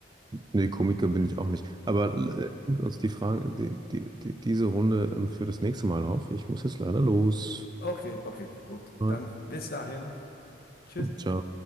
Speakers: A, on the right; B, on the left.
A: Nee, Komiker bin ich auch nicht. Aber
B: Mhm.
A: äh, heben wir uns die Frage, die, die, die, diese Runde ähm, für das nächste Mal auf. Ich muss jetzt leider los.
B: Okay, okay, gut.
A: <laughs>
B: Dann bis dahin. Tschüss.
A: Ciao.